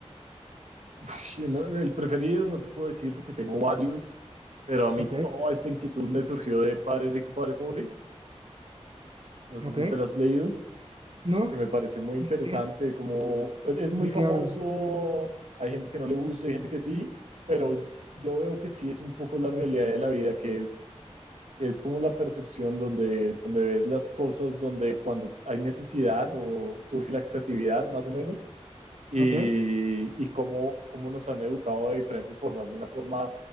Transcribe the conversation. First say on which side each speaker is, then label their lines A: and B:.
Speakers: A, on the right; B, on the right.
A: Uf, no, el preferido no te puedo decir porque tengo varios, pero a mí
B: Ok,
A: toda esta inquietud me surgió de Padre Rico, Padre Pobre. No sé
B: ok.
A: si te la has leído.
B: ¿No?
A: que me pareció muy interesante,
B: ¿De qué es?
A: como es, es muy
B: ¿De
A: famoso,
B: qué hablo?
A: hay gente que no le gusta, hay gente que sí, pero yo yo veo que sí es un poco la realidad de la vida, que es, que es como la percepción donde, donde ves las cosas, donde cuando hay necesidad o surge la creatividad, más o menos, y,
B: Ok,
A: y cómo, cómo nos han educado de diferentes formas, de una forma